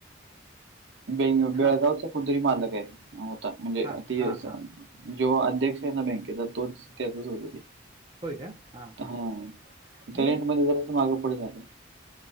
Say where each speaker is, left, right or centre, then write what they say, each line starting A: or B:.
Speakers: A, on the right (about 65°); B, on the right (about 25°).
A: बे बेळगावचा
B: हां,
A: कुदरी मालक आहे होता म्हणजे
B: हां,
A: ती
B: हां,
A: जो
B: हां.
A: अध्यक्ष आहे ना बँकेचा तोच त्याचाच होत हो
B: होय का? हां,
A: हा
B: हां.
A: त्याेंड
B: मी
A: मध्ये जरा मागे पुढे झालं.